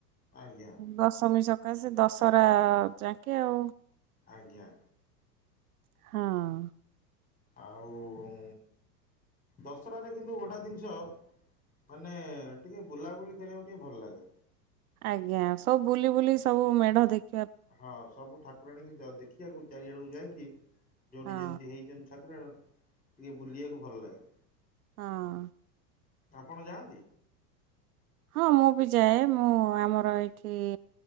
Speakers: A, on the left; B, on the right.
A: ଆଜ୍ଞା।
B: ଦଶମୀ ସକାଶେ, ଦଶହରା ଯାକେ ଆଉ।
A: ଆଜ୍ଞା।
B: ହଁ।
A: ଆଉ-ଉଁ ଦଶରାରେ କିନ୍ତୁ ଗୋଟା ଦିନିଷ ମାନେ-ଏ ଟିକେ ବୁଲାବୁଲି କରିବାକୁ ଟିକେ ଭଲ ଲାଗେ।
B: ଆଜ୍ଞା, ସବୁ ବୁଲି ବୁଲି ସବୁ ମେଢ ଦେଖ୍
A: ହଁ, ସବୁ ଠାକୁରାଣିକି ଯ ଦେଖିଆକୁ ଚାରିଆଡକୁ ଯାଇକି ଯେଉଠି
B: ହଁ।
A: ଯେମତି ହେଇଛନ୍ତି ଠାକୁରାଣ, ଟିକେ ବୁଲିବାକୁ ଭଲ ଲାଗେ।
B: ହଁ।
A: ଆପଣ ଯାଆନ୍ତି?
B: ହଁ, ମୁଁ ବି ଯାଏ। ମୁଁ ଆମର ଏଇଠି